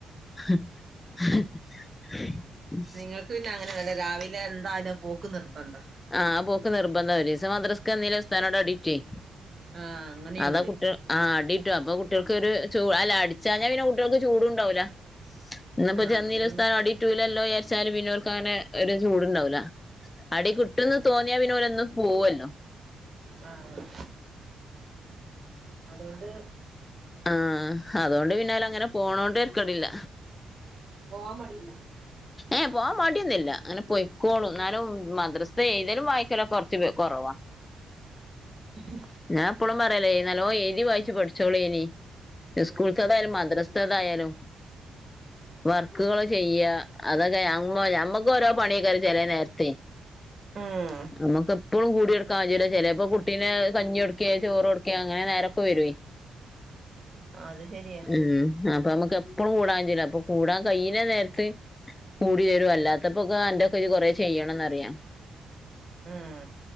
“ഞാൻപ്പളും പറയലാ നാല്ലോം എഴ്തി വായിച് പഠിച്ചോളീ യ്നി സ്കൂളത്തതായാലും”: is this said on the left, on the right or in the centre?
Left